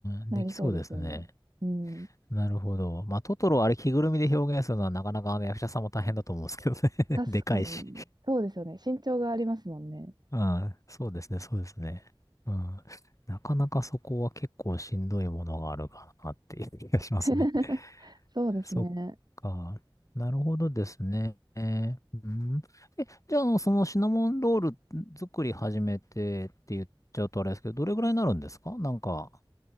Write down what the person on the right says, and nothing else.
なりそうですよね。
うん。
確かに、
そうですよね。身長がありますもんね。
<laughs>
そうですね。